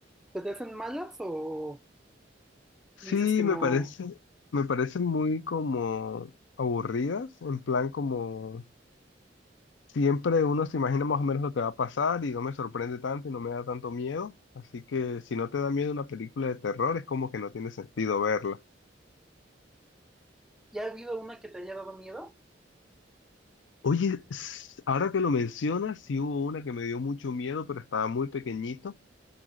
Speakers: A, in the centre; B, on the left (about 80°).
A: se te hacen malas o
B: Sí,
A: dices que
B: me
A: no?
B: parece, me parecen muy como aburridas, en plan como Siempre uno se imagina más o menos lo que va a pasar y no me sorprende tanto y no me da tanto miedo. Así que si no te da miedo una película de terror, es como que no tiene sentido verla.
A: ¿Ya ha habido una que te haya dado miedo?
B: Oye, s- ahora que lo mencionas, sí hubo una que me dio mucho miedo, pero estaba muy pequeñito.